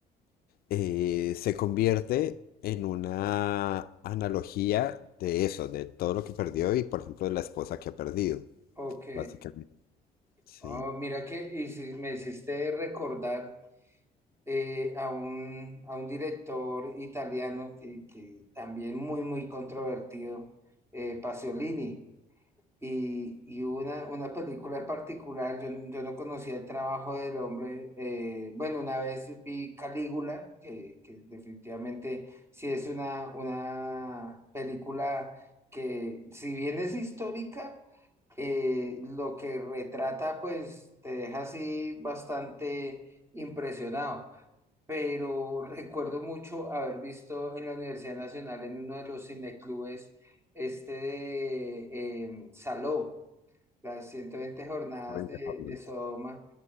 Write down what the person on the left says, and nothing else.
eh, se convierte en una analogía de eso, de todo lo que perdió y, por ejemplo, de la esposa que ha perdido,
básicamente. Sí.
Noventa
jornadas.